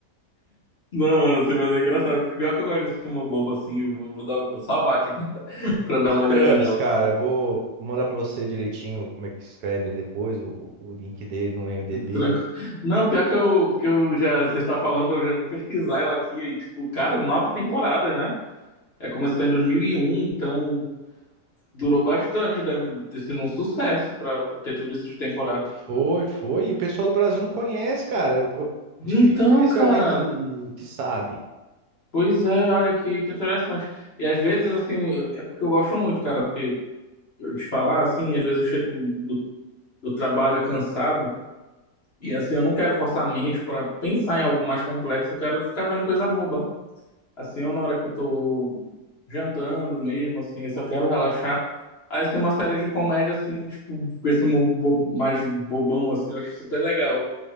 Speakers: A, on the left (about 40°); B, on the right (about 70°).
A: Não, mano, assim, mas é engraçado, porque pior que eu gosto desse filme bobo, assim, eu vou, vou dar- vou salvar aqui pra, <laughs> pra dar
B: Scrubs,
A: uma olhada nela.
B: cara, eu vou mandar pra você direitinho como é que escreve ele depois, o, o o link dele no IMDb.
A: Tranquilo. Não, pior que eu, que eu já, você está falando, eu já vim pesquisar ela aqui, e tipo, cara, nove temporadas, né? É, começou em 2001, então durou bastante, deve ter sido um sucesso pra, pra ter tudo isso de temporada.
B: Foi, foi. E o pessoal do Brasil não conhece, cara. Eu, eu- difícil
A: Então,
B: conhecer
A: cara,
B: alguém que, que sabe.
A: pois é, olha que, que interessante. E às vezes, assim, é porque eu gosto muito, cara, porque eu te falar, assim, às vezes eu chego do, do trabalho cansado, E assim, eu não quero forçar a mente pra pensar em algo mais complexo, eu quero ficar vendo coisa boba. Assim, ou na hora que eu tô jantando mesmo, assim, eu só quero relaxar. Aí, assim, uma série de comédia, assim, tipo, com esse humor bo- mais bobão, assim, eu acho super legal.